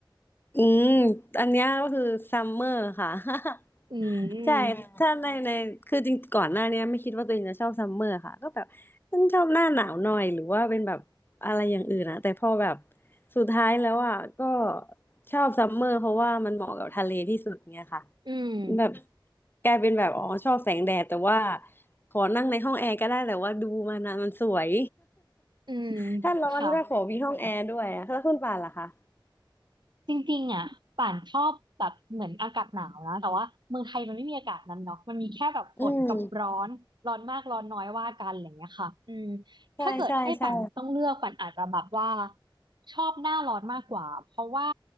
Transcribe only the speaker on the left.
อืมอันเนี้ยก็คือซัมเมอร์ค่ะ <laughs>
ใช่มถ้าในในคือจริงก่อนหน้าเนี้ยไม่คิดว่าตัวเองจะชอบซัมเมอร์ค่ะก็แบบฉันชอบหน้าหนาวหน่อยหรือว่าเป็นแบบอะไรอย่างอื่นนะแต่พอแบบสุดท้ายแล้วอ่ะก็ชอบซัมเมอร์เพราะว่ามันเหมาะกับทะเลที่สุดเนี้ยค่ะ
แบบกลายเป็นแบบอ๋อชอบแสงแดดแต่ว่าขอนั่งในห้องแอร์ก็ได้แต่ว่าดูมันนะมันสวย
<laughs> ถ้าร้อนก็ขอมีห้องแอร์ด้วยอะแล้วคุณป่านล่ะคะ
อืม ใช่ใช่ใช่